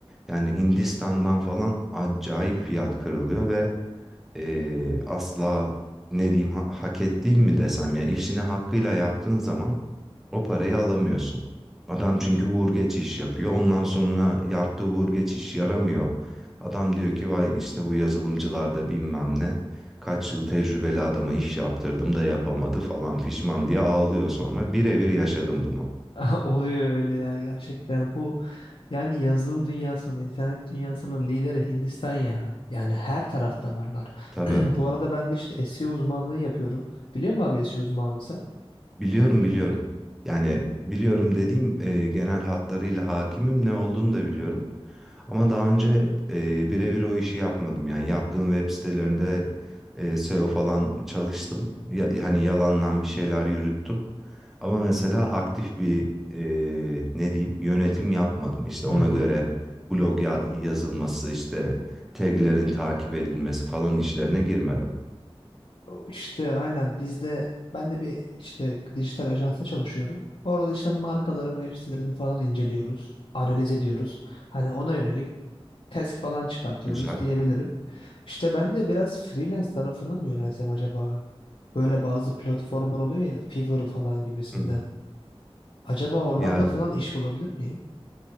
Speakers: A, in the centre; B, on the left.
A: Yani Hindistan'dan falan acayip fiyat kırılıyor ve eee, asla ne diyeyim ha- hak ettiğim mi desem ya işini hakkıyla yaptığın zaman o parayı alamıyorsun. Adam çünkü vur geç iş yapıyor. Ondan sonra yaptığı vur geç iş yaramıyor. Adam diyor ki vay işte bu yazılımcılarda bilmem ne kaç yıl tecrübeli adama iş yaptırdım da yapamadı falan pişman diye ağlıyor sonra. Birebir yaşadım bunu.
B: <laughs> Oluyor öyle ya gerçekten. Bu yani yazılım dünyasının, internet dünyasının lideri Hindistan ya. Yani her tarafta varlar.
A: Tabii
B: <clears throat> Bu arada ben de işte SEO uzmanlığı yapıyorum. Biliyor musun abi SEO uzmanlığı sen?
A: biliyorum biliyorum. Yani biliyorum dediğim eee, genel hatlarıyla hakimim ne olduğunu da biliyorum. Ama daha önce e, birebir o işi yapmadım. Yani yaptığım web sitelerinde e, SEO falan çalıştım. Ya- hani yalandan bir şeyler yürüttüm. Ama mesela aktif bir e, ne diyeyim yönetim yapmadım. İşte ona
B: Hı hı.
A: göre blog ya- yazılması, işte taglerin takip edilmesi falan işlerine girmedim.
B: İşte aynen bizde ben de bir işte dijital ajansa çalışıyorum. Orada işte markaların web sitelerini falan inceliyoruz, analiz ediyoruz. Hani ona yönelik task falan çıkartıyoruz
A: Güzel.
B: diyebilirim. İşte ben de biraz freelance tarafına mı yönelsem acaba? Böyle bazı platformlar oluyor ya Fiverr falan gibisinden.
A: Hı.
B: Acaba oralarda
A: Ya
B: falan iş bulabilir miyim?